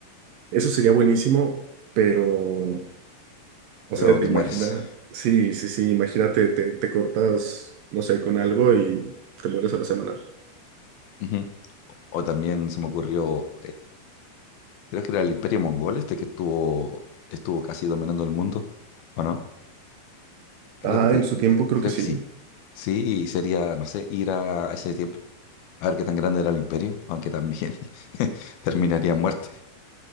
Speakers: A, on the right (about 70°); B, on the left (about 70°).
A: eso sería buenísimo, pero, o
B: pero
A: sea, te
B: te
A: imaginas,
B: mueres.
A: sí, sí, sí, imagínate, te, te cortas, no sé, con algo y te mueres a la semana.
B: Ujú. O también se me ocurrió Creo que era el Imperio Mongol este que estuvo, estuvo casi dominando el mundo, ¿o no? Creo
A: Ah,
B: que te-
A: en su tiempo
B: cre-
A: creo
B: creo
A: que sí.
B: que sí. Sí, sería, no sé, ir a, a ese tiempo, a ver qué tan grande era el imperio, aunque también <laughs> terminaría en muerte,